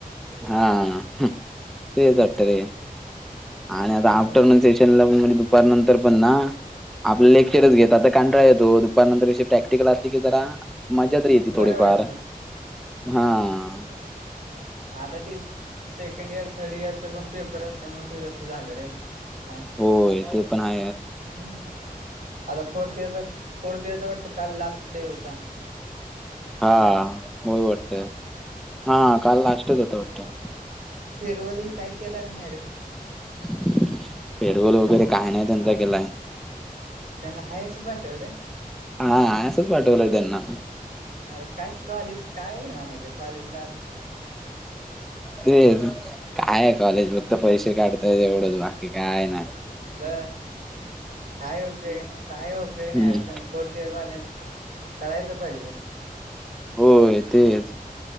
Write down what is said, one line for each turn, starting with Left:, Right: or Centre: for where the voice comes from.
Centre: हां तेचं
Right: हम्म
Centre: वाटतं र आणि आतां
Right: मग
Centre: आफ्टरनून
Right: काय
Centre: त्यांनां म्हणजे दुपांर नंतर पणं नां आपलं लेक्चरच घेत आतां कांटाळा येतों दूपार नंतर अशी प्रॅक्टिकलं असते की जरा मज्जा तरी येते थोडीफांर
Right: बरं वाटतं
Centre: हां
Right: आतां ती सेकंडी ईयर थर्ड ईयरच पणं पेपर असल्यामुळें ते तसं झालं रे काय
Centre: होय ते पण हा
Right: हम्म आता फोर्थ इयरचा फोर्थ इयरचा वाटत काल लास्ट डे होता
Centre: हा हो वाटतय हा काल लास्च होत वाटतय
Right: फेरवली काय केला नाही रे
Centre: पेरवल वगैरे काही नाही त्यांचा केलाय
Right: त्यांनाला हास पाट्टेव रे
Centre: हा आस पाठकजना
Right: अरे काय कॉलेज काय आहे म्हणायचं कॉलेज ला
Centre: तेच काय कॉलेज फक्त पैसे काढताय एवढंच बाकी काय ना
Right: ब काय उपयोग नाही काय उपयोग
Centre: हम्म
Right: नाही अरे फोर्थयरवाल्यांच करायचं पाहिजे
Centre: होय तेच